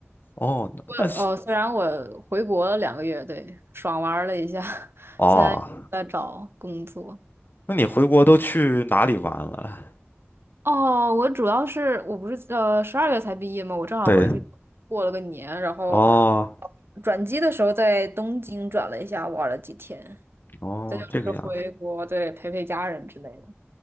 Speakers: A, on the left (about 45°); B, on the right (about 55°).
A: 哦，那那是
B: 呃哦，虽然我回国了两个月，对，爽玩儿了一下，<laughs>
A: 哦，
B: 现在在找工作。
A: 那你回国都去哪里玩了？
B: 哦，我主要是我不是呃十二月才毕业嘛，我正好回去过了个年，
A: 对，
B: 然后
A: 哦
B: 转机的时候在东京转了一下，玩了几天，
A: 哦，
B: 再就是回国，
A: 这个样。
B: 对，陪陪家人之类的。